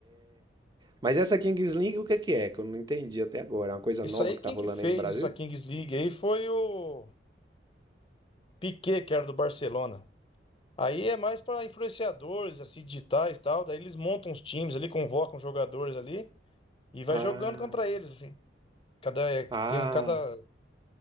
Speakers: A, on the right (about 25°); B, on the left (about 30°).
A: Mas essa Kings League, o que que é? Que eu não entendi até agora. É uma coisa
B: Isso
A: nova
B: aí,
A: que
B: quem
A: tá rolando
B: que fez
A: aí no Brasil?
B: essa Kings League aí foi o Piquet, que era do Barcelona. Aí é mais para influenciadores, assim, digitais e tal. Daí eles montam os times ali, convocam os jogadores ali e vai
A: Ah,
B: jogando contra eles, assim. Cada, é,
A: ah,
B: tem, cada,